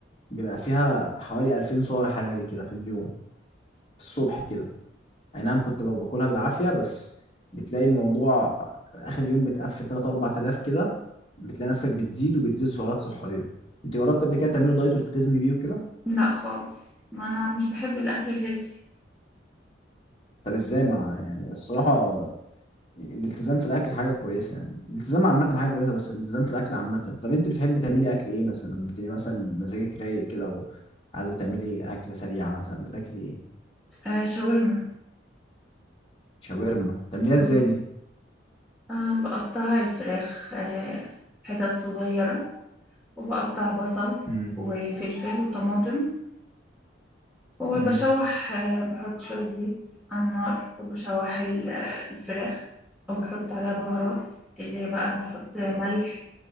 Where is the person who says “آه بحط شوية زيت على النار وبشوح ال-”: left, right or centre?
Centre